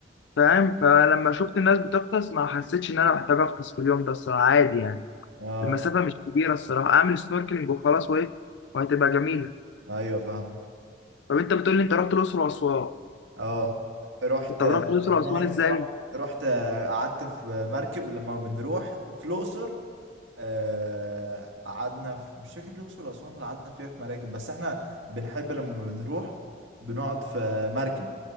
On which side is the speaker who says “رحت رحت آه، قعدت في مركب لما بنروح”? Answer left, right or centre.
Right